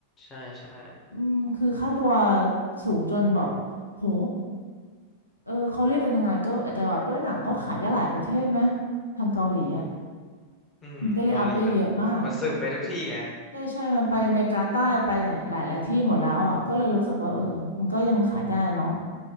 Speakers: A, on the left; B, on the left.
A: ใช่ใช่
B: อืมคือค่าตัวสูงจนแบบโหเออเขาเรียกกันยังไงก็อาจจะแบบด้วยหนังเขาขายได้หลายประเทศไหมทางเกาหลีอ่ะ
A: อืมเกาหลีมันมันซึมไปทุกที่ไง
B: มันก็เลยอัพได้เยอะมาก ใช่ใช่ มันไปอเมริกาใต้ไปไหนหลายหลายที่หมดแล้วอ่ะก็เลยรู้สึกว่าเออมันก็ยังขายได้เนาะ